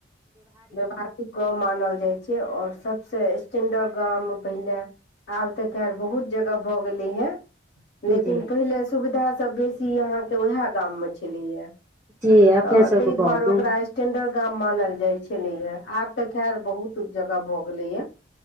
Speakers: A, on the left (about 65°); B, on the right (about 15°).
A: व्यवहारिक गांव मानल जाइ छै आओर सभसँ स्टैंडर्ड गाममे पहिले आब त खैर बहुत जगह भ गेलै हैं लेकिन
B: जी
A: पहिले सुविधा सब बेसी अहाँके उएह गाम मे छलैया
B: जी अपने
A: तऽ
B: सब
A: ताहि दुआरे
B: गाँवमे
A: ओकरा स्टेंडर्ड गाम मानल जाय छले हे आब त‌खैर बहुत जगह भ गेले हे